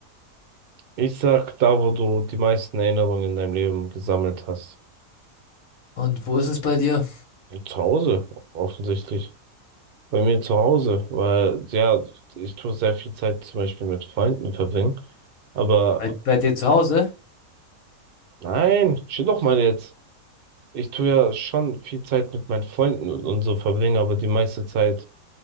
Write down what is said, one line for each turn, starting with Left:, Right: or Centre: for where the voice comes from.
Right: Ich sag da, wo du die meisten Erinnerungen in deinem Leben gesammelt hast.
Left: Und wo ist es bei dir?
Right: Zu Hause, offensichtlich. Bei mir zu Hause, weil, ja, ich tue sehr viel Zeit zum Beispiel mit Freunden verbringen. Aber
Left: Bei, bei dir zu Hause?
Right: nein, chill doch mal jetzt. Ich tue ja schon viel Zeit mit meinen Freunden und, und so verbringen, aber die meiste Zeit